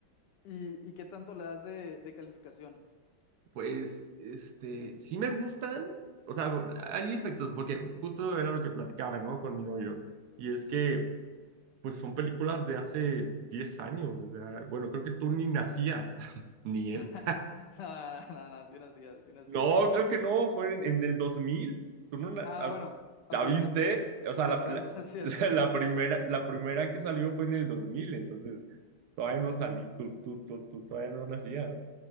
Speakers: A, on the left; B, on the right.
A: ¿Y, y qué tanto le das de, de calificación?
B: Pues, este, sí me gustan, o sea, hay efectos, porque justo era lo que platicaba, ¿no? Con mi novio, y es
A: Sí.
B: que, pues son películas de hace 10 años, o sea, bueno, creo que tú ni nacías, <laughs> ni él.
A: <laughs> No, no, no, no, sí, no, sí, sí, no,
B: No,
A: sí.
B: creo que no, fue en, en el 2000 tú no, na-
A: Ah,
B: ah,
A: bueno, ok,
B: ¿ya viste?
A: cierto.
B: O sea,
A: Sí,
B: la,
A: todavía
B: la,
A: no nacía,
B: <laughs>
A: <laughs> todavía
B: la- la
A: no nacía.
B: primera, la primera que salió fue en el 2000 entonces, todavía no salí, tú, tú, tú, tú todavía no nacías.